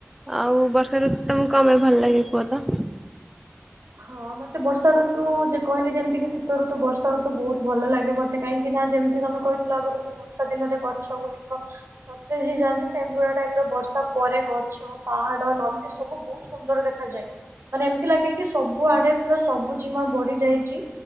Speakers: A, in the centre; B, on the right.
A: ଆଉ ବର୍ଷା ଋତୁ ତମକୁ କଣ ପାଇଁ ଭଲ ଲାଗେ କୁହ ତ?
B: ହଁ ମତେ ବର୍ଷା ଋତୁ ଯେ କହିଲି ଯେମିତି କି ଶୀ ତ ଋତୁ ବର୍ଷା ଋତୁ ବହୁତ ଭଲ ଲାଗେ ମତେ କାହିଁକି ନା ଯେମିତି ତମେ କହିଥିଲ ଆଗରୁ କି ବର୍ଷା ଦିନରେ ବ ଗଛ ଗୁଡିକ ସତେଜ ହେଇ ଯାଆନ୍ତି ସେଙ୍ଗୁଳା ଟାଇପ୍ ର ବର୍ଷା ପରେ, ଗଛ, ପାହାଡ, ନଦୀ ସବୁ ବହୁତ ସୁନ୍ଦର ଦେଖାଯାଏ। ମାନେ ଏମିତି ଲାଗେ କି, ସବୁ ଆଡେ ପୁରା ସବୁ ଜିମା ବଢି ଯାଇଛି।